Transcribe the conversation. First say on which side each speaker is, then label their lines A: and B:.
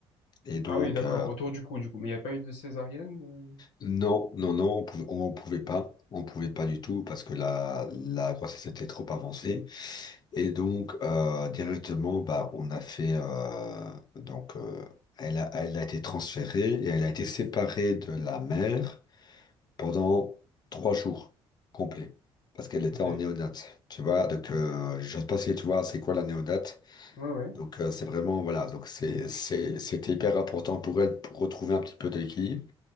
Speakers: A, on the left (about 45°); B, on the left (about 80°).
A: Et donc,
B: Ah oui, d'accord,
A: euh,
B: autour du coup, du coup. Mais il n'y a pas eu de césarienne?
A: non, non, non, on pouvait, on pouvait pas. On pouvait pas du tout parce que la, la grossesse était trop avancée. Et donc, euh, directement, bah, on a fait... euh, donc, euh, elle a, elle a été transférée et elle a été séparée de la mère. pendant trois jours complets. Parce qu'elle était
B: euh, Ok.
A: en néonate, tu vois. Donc, euh, je sais pas si tu vois, c'est quoi la néonate.
B: Ouais, ouais.
A: Donc, euh, c'est vraiment, voilà. Donc, c'est, c'est- c'était hyper important pour elle pour retrouver un petit peu d'équilibre.